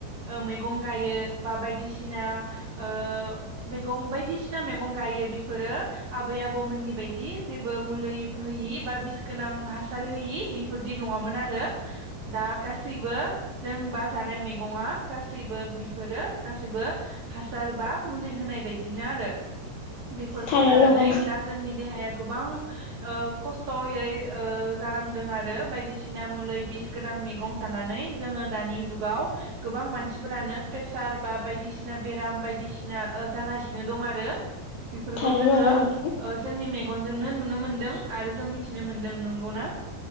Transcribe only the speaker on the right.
ओ मैग गायो बा बायदिसिना ओ मैगं बायदिसिना मैगं गायो बेफोरो आबै आबौमोननि बायदि जेबो मुलि होयि बा बिस गोनां हासार होयि बेफोरदि नङामोन आरो दा गासैबो जों बा जानाय मैगङा गासैबो बिफोरो गासैबो हासार बा मुलि होनाय बायदिनो आरो बेफोरखौ
जानानै
दा जोंनि देहाया गोबां ओ खस्थ'यै ओ जानांदों आरो बायदिसिना मुलै बिस गोनां मैगं जानानै जोङो दानि जुगाव गोबां मानसि मानसिफोरानो प्रेसार बा बायदिसिना बेराम बायदिसिना ओ जागासिनो दं आरो बेफोरखौ
जोङो
ओ जोंनि मेगनजोंनो नुनो मोनदों आरो जों मिथिनो मोनदों नंगौना?